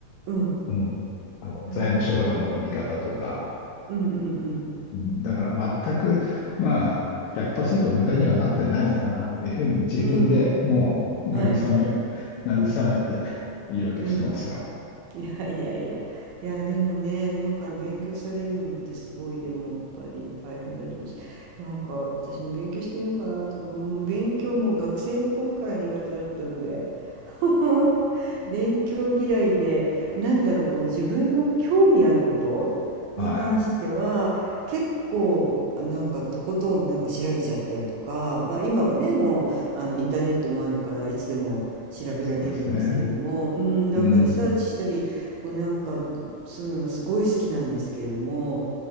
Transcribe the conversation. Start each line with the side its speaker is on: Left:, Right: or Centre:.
Right: うん。
Left: うん、あの、
Right: なるほど。
Left: 財務諸表の見方とか、
Right: うんうん
Left: うん、だから全く、まあ、100%無駄にはなってないのかなっていうふうに自分でもう慰め、
Right: うん。うん。はい。
Left: 慰めて言い訳してますよ。
Right: うん。<laughs> いやいやいや。いや、でもね、今から勉強されるのってすごい、でもやっぱり大変だと思うし、なんか私も勉強してみようかなと思う、もう勉強も学生の頃から苦手だったので、<laughs> 勉強嫌いで、なんだろう、この自分の興味あることに関しては、
Left: はい。
Right: 結構、なんかとことんなんか調べちゃったりとか、まあ今はね、もうあのインターネットもあるから、いつでも調べられるんですけれども、
Left: そうですね。
Right: うん、なんかリサーチしたり、
Left: うん。
Right: こうなんかそういうのはすごい好きなんですけれども、